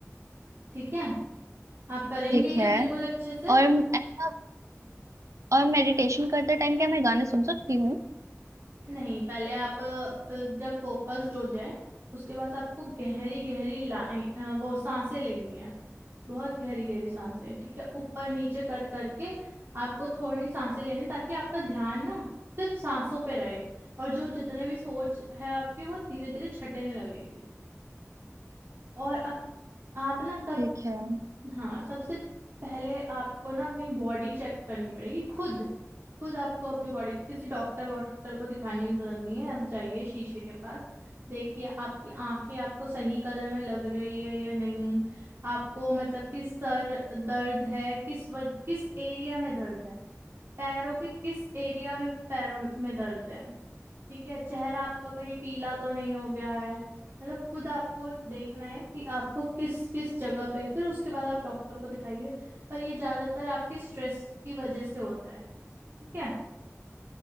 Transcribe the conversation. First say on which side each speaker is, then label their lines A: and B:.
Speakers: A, on the right; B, on the right.
A: ठीक है आप करेंगे
B: ठीक
A: ये
B: है
A: बिल्कुल अच्छे से
B: और ऐसा और मेडिटेशन करते टाइम क्या मैं गाने सुन सकती हूँ
A: नहीं पहले आप अ, जब फोकस्ड हो जाए उसके बाद आपको गहरी गहरी लाइन अ, वो सांसें लेनी है बहुत गहरी गहरी सांसें ठीक है ऊपर नीचे कर करके आपको थोड़ी सांसें लेनी है, ताकि आपका ध्यान ना सिर्फ सांसों पे रहे और जो जितने भी सोच है आपकी वो धीरे धीरे छटने लगेगी और अब आप ना कब
B: ठीक है
A: हाँ सबसे पहले आपको ना अपनी बॉडी चेक करनी पड़ेगी खुद खुद आपको अपनी बॉडी किसी डॉक्टर वॉक्टर को दिखाने की जरूरत नहीं है आप जाइए शीशे के पास देखिए आपकी आंखें आपको सही कलर में लग रही है या नहीं आपको मतलब कि सर दर्द है किस वज, किस एरिया में दर्द है पैरों के किस एरिया में पैरों में दर्द है ठीक है चेहरा आपका कहीं पीला तो नहीं हो गया है मतलब खुद आपको देखना है कि आपको किस किस जगह पे फिर उसके बाद आप डॉक्टर को दिखाइए पर ये ज्यादातर आपके स्ट्रेस की वजह से होता है ठीक है